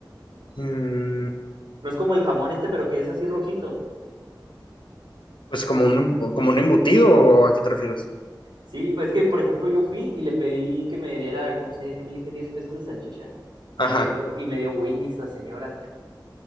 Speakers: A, on the left; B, on the right.
A: Mm,
B: No es como el jamón este, pero que es así rojito.
A: pues como un, como un embutido, ¿o a qué te refieres?
B: Sí, pues es que, por ejemplo, yo fui y le pedí que me diera, no sé, que le dije 10 pesos de salchicha.
A: Ajá,
B: Y me dio, y me dio Winnie's la señora.